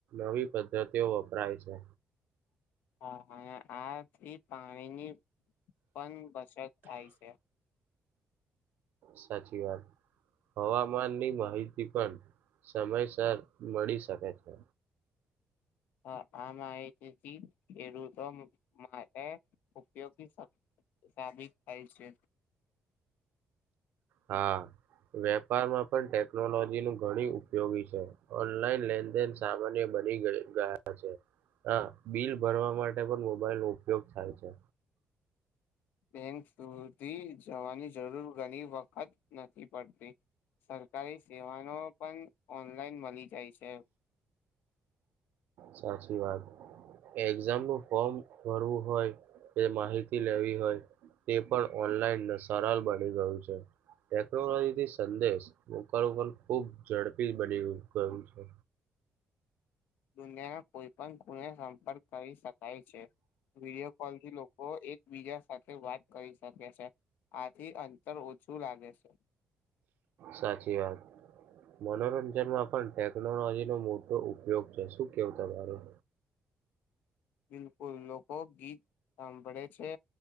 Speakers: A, on the right (about 75°); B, on the left (about 80°).
A: નવી પદ્ધતિઓ વપરાય છે
B: હા આથી પાણીની પણ બચત થાય છે
A: સાચી વાત હવામાનની માહિતી પણ સમયસર મળી શકે છે
B: હા આમાં આવી એલું તો માટે ઉપયોગી સાબિત થાય છે
A: હા વેપારમાં પણ ટેકનોલોજી નું ઘણી ઉપયોગી છે ઓનલાઈન લેનદેન સામાન્ય બડી ગ ગયા છે હા બિલ ભરવા માટે પણ મોબાઈલ નો ઉપયોગ થાય છે
B: બેંક સુધી જવાની જરૂર ઘણી વખત જ નથી પડતી સરકારી સેવાનો પણ ઓનલાઈન મળી જાય છે
A: સાચી વાત એક્ઝામ નું ફોર્મ ભરવું હોય એ માહિતી લેવી હોય તે પણ સરળ બની ગયું છે ટેકનોલોજી થી સંદેશ મોકલવો ખૂબ ઝડપી બની ગયું છે
B: દુનિયાના કોઈ પણ ખુણે સંપર્ક કરી શકાય છે વિડીયો કોલ થી લોકો એક બીજા સાથે વાત કરી શકે છે આ એ અંતર ઓછું લાગે છે
A: સાચી વાત. મનોરંજનમાં પણ ટેકનોલોજી નો મોટો ઉપયોગ છે શું કેવું તમારૂ
B: બિલકુલ લોકો ગીત સાંભળે છે